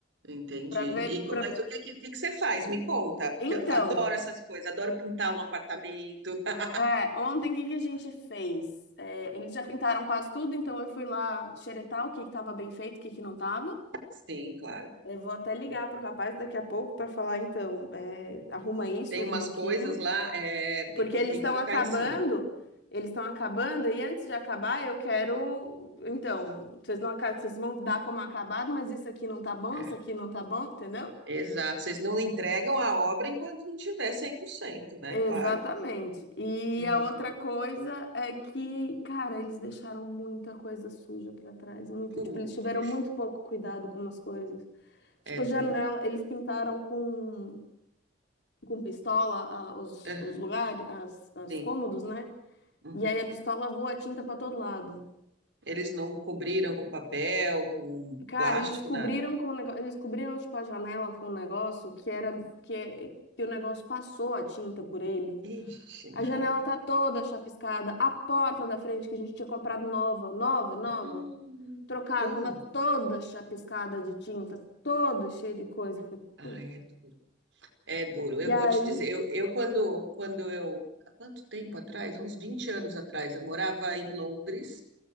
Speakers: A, on the right; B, on the left.
A: entendi.
B: para
A: E
B: ver.
A: co-
B: Pra...
A: mas o que, que, o que que você faz? Me conta, porque
B: Então,
A: eu adoro essas coisas, adoro pintar um apartamento. <laughs>
B: é, ontem o que que a gente fez? É, eles já pintaram quase tudo, então eu fui lá xeretar o que que estava bem feito, o que que não estava.
A: Sim, claro.
B: Eu vou até ligar pro rapaz daqui a pouco para falar, então, é, arruma isso,
A: Tem
B: arruma
A: umas
B: aquilo,
A: coisas lá, é, tem
B: porque
A: que,
B: eles
A: tem
B: estão
A: que ficar
B: acabando,
A: em cima.
B: eles estão acabando, e antes de acabar, eu quero, então, vocês não, aca- vocês vão dar como acabado, mas isso aqui não tá bom,
A: É.
B: isso aqui não tá bom, entendeu?
A: Exato, vocês não entregam a obra enquanto não tiver 100%, né?
B: Exatamente.
A: Claro.
B: E
A: Uhum.
B: a outra coisa é que, cara, eles deixaram muita coisa suja pra trás, muito,
A: Putz,
B: tipo, eles tiveram muito pouco cuidado com as coisas. Tipo,
A: é duro.
B: janela, eles pintaram com com pistola a- os,
A: Aham,
B: os lugares, as, as
A: Sim.
B: cômodos, né?
A: Uhum.
B: E aí a pistola voa a tinta pra todo lado.
A: Eles não cobriram com papel, com
B: Cara,
A: plástico,
B: eles cobriram
A: nada.
B: com o negócio, eles cobriram tipo a janela com o negócio que era que, é- que o negócio passou a tinta por ele.
A: Ixi,
B: A
A: Maria.
B: janela tá toda chapiscada, a porta da frente que a gente tinha comprado nova, nova, nova,
A: Hum,
B: trocada,
A: Putz.
B: tava toda chapiscada de tinta, toda cheia de coisa. Eu falei,
A: Ai,
B: "Puta."
A: é duro. É duro. Eu
B: E aí,
A: vou te dizer, eu, eu quando, quando eu, há quanto tempo atrás? Há uns 20 anos atrás, eu morava em Londres